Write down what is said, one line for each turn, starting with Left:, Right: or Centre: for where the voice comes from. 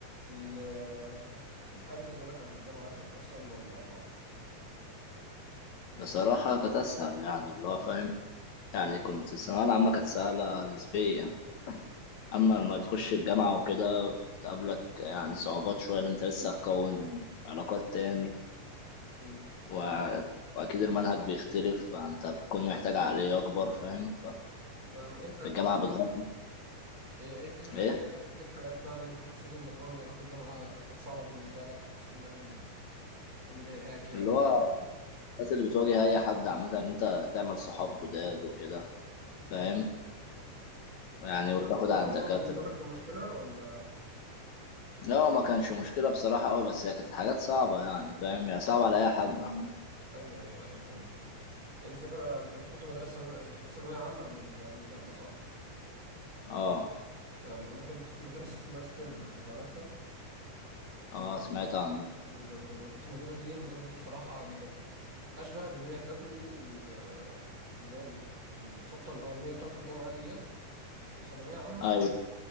Right: ال- الحياة بالنسبة لك قبل الجامعة كانت أسهل ولا أصعب؟
Left: بصراحة كانت أسهل يعني اللي هو فاهم يعني كنت الثانوية العامة كانت سهلة نسبيا أما لما تخش الجامعة وكده بتقابلك يعني صعوبات شوية إن أنت لسه هتكون علاقات تاني
Right: مم.
Left: و... وأكيد المنهج بيختلف فأنت بتكون محتاج عقلية أكبر فاهم
Right: تمام إيه الحاجات
Left: فالجامعة
Right: أصلا
Left: بتغطي
Right: إيه إيه إيه الح-
Left: إيه
Right: إيه الحاجات إيه الحاجات بقى اللي أنت حسيت إنك أول ما دخلت الجامعة كانت صعبة بالنسبة لك أو حسيت إنها م- مضايقاك يعني؟
Left: اللي هو الناس اللي بتواجه أي حد عامة إن أنت تعمل صحاب جداد وكده
Right: مم.
Left: فاهم يعني
Right: حوار
Left: وتاخد
Right: حوار
Left: على الدكاترة
Right: اللغة بالنسبة لك كمشكلة ولا
Left: لا هو ما كانش مشكلة بصراحة أوي بس هي كانت حاجات صعبة يعني فاهم هي صعبة على أي حد عامة
Right: أيوه أيوه أيوه فاهم الفكرة أنت أنت كنت مدرسة ثانو- أنت كنت ثانوية عامة قبل ال- قبل الجامعة صح؟
Left: اه
Right: تمام أنا كنت في مدرسة اسمها ستيم لو أنت تعرفها اسمها
Left: اه
Right: مدرسة-
Left: سمعت عنه
Right: بالظبط أنا كنت في المدرسة دي المدرسة دي بصراحة يعني كانت اشبه بان هي ادتني ال- اللي هي ال- الخبطه الاولانيه بتاعه الجامعه ديت في ثانويه عامه
Left: ايوه